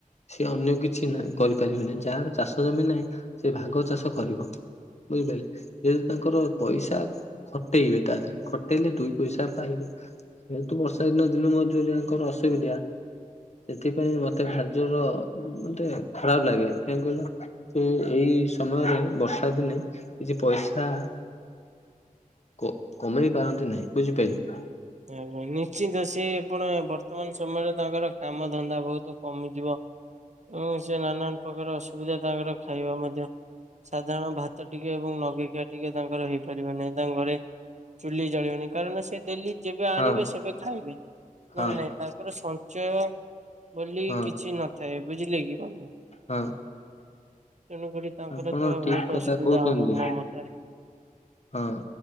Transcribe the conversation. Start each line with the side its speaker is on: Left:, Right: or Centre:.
Left: ସିଏ ଅନ୍ୟ କିଛି ନାହିଁ କରିପାରିବେ ନାହିଁ ଯାହାର ଚାଷ ଜମି ନାହିଁ ସେ ଭାଗ ଚାଷ କରିବ। ବୁଝିପାରିଲେ ଯେହେତୁ ତାଙ୍କର ପଇସା ଖଟେଇବେ ତା ଧେରେ ଖଟେଇଲେ ଦୁଇ ପଇସା ପାଇବେ। ଯେହେତୁ ବର୍ଷା ଦିନ ଦିନ ମଜୁରିଆଙ୍କର ଅସୁବିଧା। ସେଥିପାଇଁ ମତେ ଭାରି ଜୋର ମତେ ଖରାପ ଲାଗେ କାହିଁ କହିଲ ସେ ଏଇ ସମୟରେ ବର୍ଷା ଦିନେ କିଛି ପଇସା କ-କମେଇ ପାରନ୍ତି ନାହିଁ ବୁଝିପାରିଲେ।
Right: ଆଜ୍ଞା ନିଶ୍ଚିନ୍ତ ସିଏ ଆପଣ ବର୍ତ୍ତମାନ ସମୟରେ ତାଙ୍କର କାମ ଧନ୍ଦା ବହୁତ କମିଯିବ। ହଁ ସେ ନାନା ପ୍ରକାର ଅସୁବିଧା ତାଙ୍କର ଖାଇବା ମଧ୍ୟ ସାଧାରଣ ଭାତ ଟିକେ ଏବଂ ନଗେଇକିଆ ଟିକେ ତାଙ୍କର ହେଇପାରିବ ନାହିଁ ତାଙ୍କ ଘରେ ଚୁଲି ଜାଳିବନି କାରଣ ସେ ଡେଲି ଯେବେ ଆଣିବେ
Left: ହଁ
Right: ସେବେ ଖାଇବେ ନହେଲେ
Left: ହଁ
Right: ନାଇଁ ତାଙ୍କର ସଞ୍ଚୟ ବୋଲି
Left: ହଁ
Right: କିଛି ନଥାଏ ବୁଝିଲେ କି ବନ୍ଧୁ?
Left: ହଁ।
Right: ତେଣୁ କରି ତାଙ୍କର
Left: ଆପଣ
Right: ତ
Left: ଠିକ
Right: ବହୁତ
Left: କଥା
Right: ଅସୁବିଧା
Left: କହୁଛନ୍ତି
Right: ହବ
Left: ଯେ
Right: ମୋ ମତରେ।
Left: ହଁ